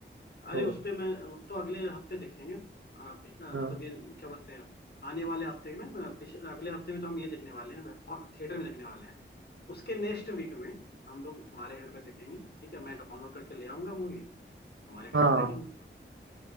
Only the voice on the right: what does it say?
तो
हाँ
हाँ